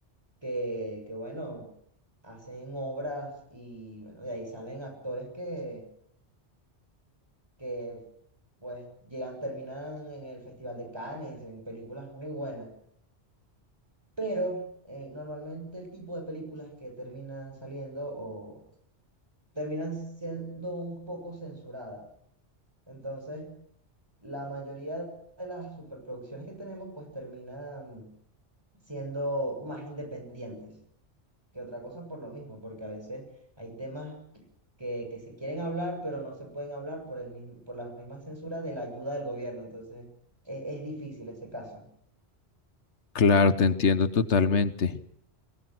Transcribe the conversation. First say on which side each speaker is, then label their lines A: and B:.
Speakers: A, on the right; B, on the left.
A: que, que bueno, hacen obras y bueno, de ahí salen actores que que pues llegan, terminan en el Festival de Cannes, en películas muy buenas. Pero eh, normalmente el tipo de películas que terminan saliendo o terminan siendo un poco censuradas. Entonces, la mayoría de las superproducciones que tenemos pues terminan siendo más independientes. que otra cosa por lo mismo, porque a veces hay temas que, que se quieren hablar, pero no se pueden hablar por el mismo, por la misma censura de la ayuda del gobierno. Entonces, e- es, difícil ese caso.
B: claro, te entiendo totalmente.